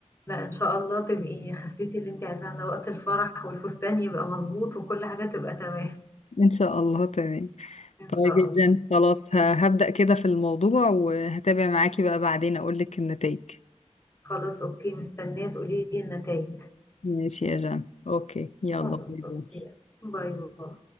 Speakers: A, on the left (about 20°); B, on the left (about 65°).
A: لا إن شاء الله تبقي خسيتي اللي انت عايزاه على وقت الفرح والفستان يبقى مظبوط وكل حاجة تبقى تمام
B: ان شاء الله تمام
A: <laughs> إن
B: طيب
A: شاء
B: يا
A: الله
B: جن خلاص ه- هبدأ كده في الموضوع وهتابع معاكي بقى بعدين اقول لك النتائج
A: خلاص أوكي مستنية تقولي لي النتايج
B: ماشي يا جان اوكي يلا
A: خلاص
B: باي باي
A: أوكي باي باي